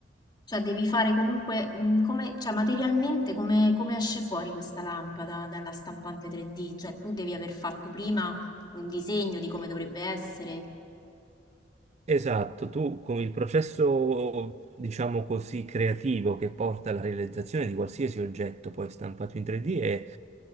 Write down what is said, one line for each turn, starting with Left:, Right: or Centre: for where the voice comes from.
Left: cioè devi fare
Right: <laughs>
Left: comunque, mh, come, cioè materialmente come, come esce fuori questa lampada dalla stampante 3D? Cioè tu devi aver fatto prima un disegno di come dovrebbe essere.
Right: Esatto, tu con il processo, diciamo così, creativo che porta alla realizzazione di qualsiasi oggetto poi stampato in 3D è-